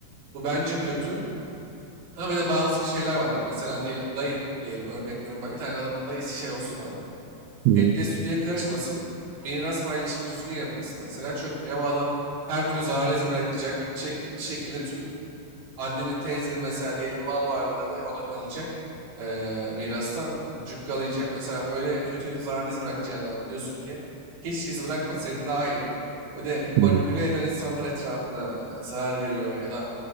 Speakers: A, on the right; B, on the right.
A: Bu bence kötü. Ama bir de bazı şeyler var abi. Mesela diyelim dayın diyelim örnek veriyorum. Bir tane adamın dayısı şey olsun abi.
B: hı hı,
A: Etle sütüye karışmasın. Miras paylaşımı düzgün yapılsın. Mesela çok iyi ama adam her türlü zararlı izi bırakacak. Gidecek bir şekilde tüm annenin teyzenin mesela diyelim mal varlığını ona kalacak. Ee, mirastan cukkalayacak. Mesela öyle kötü zararlı iz bırakacağını abi diyorsun ki hiç iz bırakmasaydı daha iyiydi. Ve de manipüle
B: hı hı.
A: eden insanlar etrafına zarar veriyor ya da